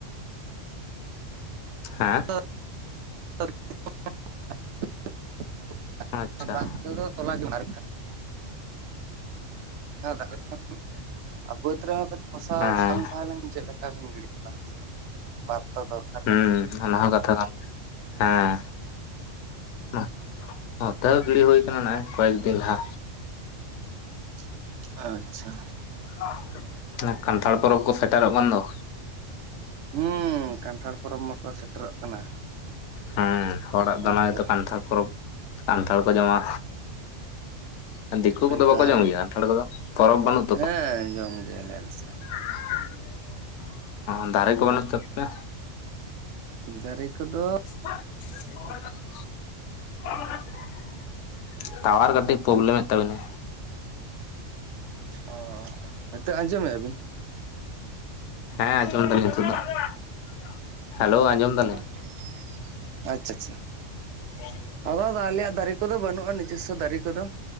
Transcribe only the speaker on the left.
ᱦᱮᱸ
ᱟᱪᱪᱷᱟ
ᱦᱮᱸ
ᱦᱩᱸ
ᱚᱱᱟ ᱦᱚᱸ ᱠᱟᱛᱷᱟ ᱠᱟᱱ ᱜᱮᱭᱟ᱾ ᱦᱮᱸ <unintelligible> ᱱᱚᱛᱮ ᱦᱚᱸ ᱜᱤᱲᱤ ᱦᱩᱭ ᱟᱠᱟᱱᱟ ᱱᱚᱜᱼᱚᱭ ᱠᱚᱭᱮᱠ ᱫᱤᱱ ᱞᱟᱦᱟ
<unintelligible> ᱠᱟᱱᱴᱷᱟᱲ ᱯᱚᱨᱚᱵᱽ ᱠᱚ ᱥᱮᱴᱮᱨᱚᱜ ᱠᱟᱱ ᱫᱚ᱾
ᱦᱮᱸ ᱦᱚᱲᱟᱜ
ᱫᱚ ᱱᱚᱜᱼᱚᱭ ᱛᱚ ᱠᱟᱱᱴᱷᱟᱲ ᱯᱚᱨᱚᱵᱽ ᱠᱟᱱᱴᱷᱟᱲ ᱠᱚ ᱡᱚᱢᱟ <unintelligible> ᱫᱤᱠᱩ
ᱠᱚᱫᱚ ᱵᱟᱠᱚ
ᱡᱚᱢ ᱜᱮᱭᱟ ᱠᱟᱱᱴᱷᱟᱲ ᱠᱚᱫᱚ? ᱯᱚᱨᱚᱵᱽ ᱵᱟᱹᱱᱩᱜ
<unintelligible> ᱚ ᱫᱟᱨᱮ ᱠᱚ ᱵᱟᱹᱱᱩᱜ ᱛᱟᱯᱮᱭᱟ?
<unintelligible> <unintelligible> ᱴᱟᱣᱟᱨ ᱠᱟᱹᱴᱤᱡ ᱯᱨᱚᱵᱞᱮᱢ ᱮᱫ ᱛᱟᱵᱤᱱᱟᱭ
ᱦᱮᱸ ᱟᱸᱡᱚᱢ ᱮᱫᱟᱞᱤᱧ ᱱᱤᱛᱚᱜ ᱫᱚ <unintelligible> ᱦᱮᱞᱳ ᱟᱸᱡᱚᱢ ᱮᱫᱟᱞᱤᱧ
<unintelligible>